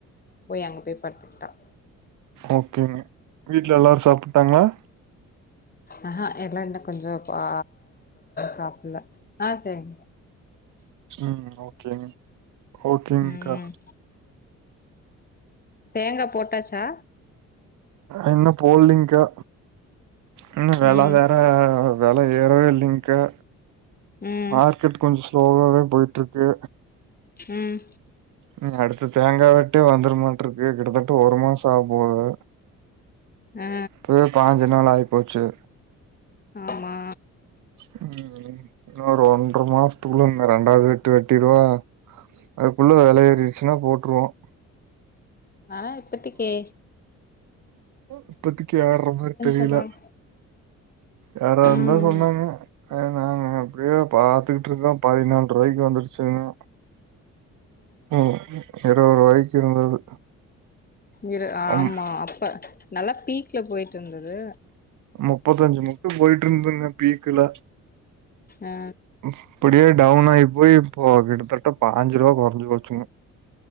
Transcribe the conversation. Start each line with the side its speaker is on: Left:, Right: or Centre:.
Left: போய் அங்க போய் படுத்துக்கிட்டான்
Right: ஓகேங்க வீட்டு்ல எல்லாரும் சாப்ட்டாங்களா
Left: ஆஹஹா எல்லா இன்னம் கொஞ்ச ஆ சாப்பிடல ஆஹ் சரி
Right: உம் ஓகேங் ஓகேங்கா
Left: ம் <inaudible> தேங்கா போட்டாச்சா
Right: இன்னும் போடலங்கா இன்ன வேல
Left: ம்
Right: வேற வில ஏறவே இல்லிங்கா
Left: ம்
Right: மார்க்கெட் கொஞ் <unintelligible> போயிட்டு இருக்கு
Left: ம்
Right: உ அடு இ தேங்கா விட்டே வந்துருமாட்டு இருக்கு கிட்டத்தட்ட ஒரு மாசம் ஆக போது
Left: ஆ
Right: <unintelligible> நாள் ஆயிப்போச்சு
Left: ஆமா
Right: உம் இன்ன ஒரு ஒன்ற மாசத்துக்குள்ள இ ரெண்டாவது வெட்டு வெட்டிருவா அதுக்குள்ள வில ஏறிடுச்சுன்னா போட்டுருவோம்
Left: ஆ இப்பத்தக்கே
Right: இப்பதக்கு யாரற மாரி தெரில
Left: சொன்னாங்
Right: யாராவதுந்தா
Left: ம்
Right: சொன்னாங்க அத நாங்க அப்டியே பாத்துக் <unintelligible> பதினால்று ரூபாக்கு வந்துருச் சொண ம் இருபராய்க்கு இருந்தது
Left: இரு ஆமாம்
Right: ம்
Left: அப்போ நல்லா பீக் க்ல போயிட்டு இருந்தது
Right: முப்பத்தஞ்சு முக்கு போயிட்டு இருந்துங்க பீக்குல
Left: ஆ
Right: அப்படியே டவுன் ஐயி போய் இப்போ கிட்டத்தட்டப்பாஞ்சு ரூபா கொரஞ்சி போச்சிங்க